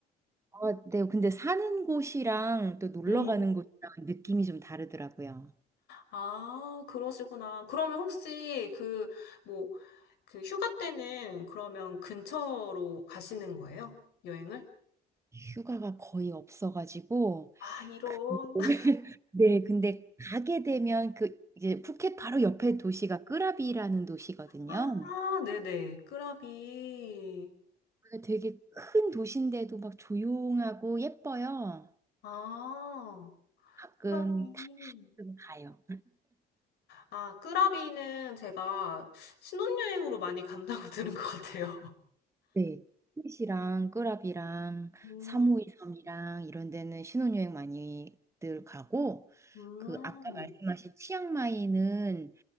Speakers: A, on the right (about 15°); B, on the left (about 75°).
A: 아, 네, 근데 사는 곳이랑 또 놀러
B: 음,
A: 가는 곳이랑 느낌이 좀 다르더라고요.
B: 아, 그러시구나. 그러면 혹시 그, 뭐, 그 휴가 때는 그러면 근처로 가시는 거예요? 여행을?
A: 휴가가 거의 없어가지고
B: 아, 이런.
A: <laughs>
B: <laughs>
A: 네, 근데 가게 되면 그 이제 푸켓 바로 옆에 도시가 끄라비라는 도시거든요.
B: 아, 네네. 끄라비.
A: 그게 되게 큰 도시인데도 막 조용하고 예뻐요.
B: 아,
A: 가끔
B: 끄라비.
A: 가끔 가요.
B: 아, 끄라비는 제가 신혼여행으로 많이 간다고 <laughs> 들은 것 같아요.
A: 네. 푸켓이랑 끄라비랑
B: 음,
A: 사5이 섬이랑 이런 데는 신혼여행 많이들 가고
B: 음.
A: 그 아까 말씀하신 치앙마이는